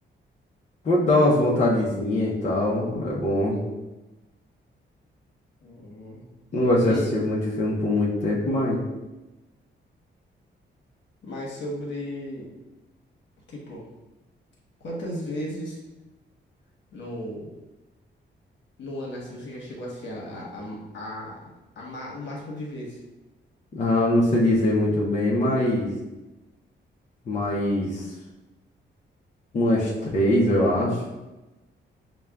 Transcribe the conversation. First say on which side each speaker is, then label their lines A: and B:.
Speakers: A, on the left; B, on the left.
A: Vou dar umas vontadezinhas e tal, é bom.
B: Hum.
A: Não gosto
B: E
A: de assistir muito filme por muito tempo, mas.
B: mais sobre, tipo, quantas vezes. No, No ano, assim, você já chegou assim a, a, a, a- a ma- o máximo de vezes.
A: Ah, eu não sei dizer muito bem, mas. Mas. Umas três, eu acho.